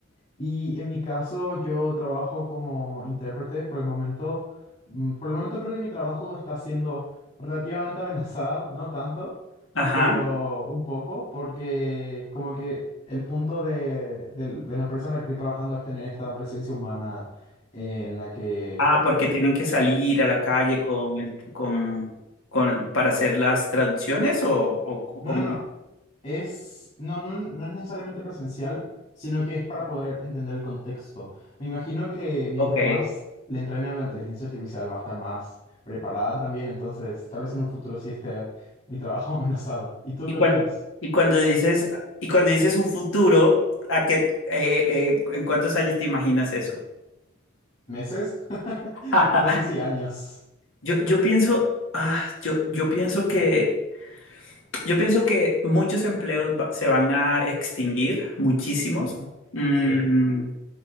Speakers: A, on the left; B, on the left.
A: Y en mi caso, yo trabajo como intérprete. Por el momento, mm, por el momento creo que mi trabajo está siendo relativamente amenazado, no tanto,
B: Ajá.
A: pero un poco, porque como que el punto de, del- de la empresa en la que estoy trabajando es tener esta presencia humana en la que...
B: Ah, porque
A: eh,
B: tienen que salir a la calle con el, con, con, para hacer las traducciones o, o, o
A: no,
B: cómo?
A: no, no. Es, no, no, no es necesariamente presencial, sino que es para poder entender el contexto. Me imagino que mientras
B: Ok.
A: más le entrenen a la inteligencia artificial va a estar más preparada también, entonces tal vez en un futuro sí esté mi trabajo <laughs> amenazado. ¿Y tú
B: Y
A: qué
B: cuando,
A: opinas?
B: y cuando dices, y cuando dices un futuro, ¿a qué, eh, eh, en cuántos años te imaginas eso?
A: ¿Meses? <laughs>
B: <laughs>
A: No sé si años.
B: Yo, yo pienso, ah, yo, yo pienso que, yo pienso que muchos empleos va- se van a extinguir, muchísimos,
A: Ujú.
B: mm,
A: Sí,